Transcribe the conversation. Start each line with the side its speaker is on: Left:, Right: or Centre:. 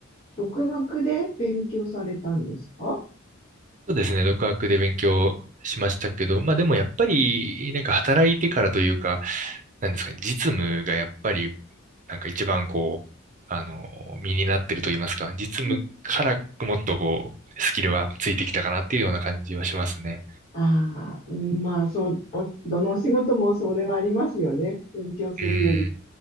Left: 独学で勉強されたんですか
Right: そうですね、独学で勉強しましたけど、まあでもやっぱり、なんか働いてからというか、なんですかね、実務がやっぱり、なんか一番こう、あの、身になってると言いますか、実務からもっとこう、
Left: うん
Right: スキルはついてきたかなっていうような感じはしますね。
Left: ああ、まあ、そう、おどのお仕事もそれはありますよね。勉強するより、
Right: うーん、